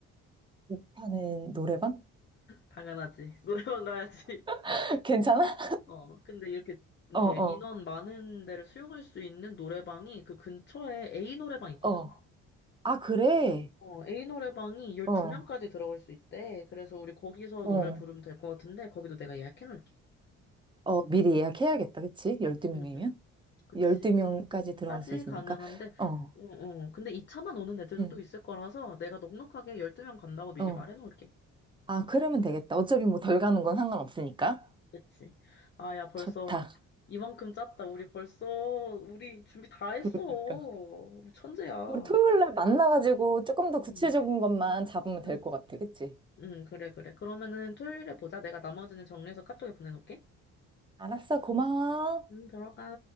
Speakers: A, on the right; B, on the left.
A: 응. 하는 노래방?
B: 당연하지. <laughs> 노래방 가야지.
A: <laughs> 괜찮아?
B: 어, 근데 이렇게, 이렇게
A: 어, 어,
B: 인원 많은 데를 수용할 수 있는 노래방이 그 근처에 A 노래방 있거든?
A: 어. 아, 그래?
B: 어, A 노래방이 12명까지
A: 어,
B: 들어갈 수 있대. 그래서 우리 거기서
A: 어.
B: 노래 부르면 될 것 같은데, 거기도 내가 예약해 놓을게.
A: 어, 미리 예약해야겠다, 그치? 12명이면?
B: 응, 응. 그치.
A: 12명까지 들어갈
B: 까지
A: 수 있으니까.
B: 가능한데,
A: 어,
B: 응, 응. 근데 이 차만 오는 애들도
A: 응,
B: 또 있을 거라서 내가 넉넉하게 12명 간다고 미리
A: 어.
B: 말해 놓을게.
A: 아, 그러면 되겠다. 어차피 뭐 덜 가는 건 상관없으니까.
B: 그치. 아, 야, 벌써
A: 좋다.
B: 이만큼 짰다. 우리 벌써, 우리 준비 다
A: 그러니까.
B: 했어. 우리 천재야.
A: 우리 토요일 날 만나가지고 조금 더 구체적인
B: 응,
A: 것만 잡으면 될
B: 응.
A: 것 같아, 그치?
B: 응, 그래, 그래. 그러면은 토요일에 보자. 내가 나머지는 정리해서 카톡에 보내놓을게.
A: 알았어, 고마워.
B: 응, 들어가.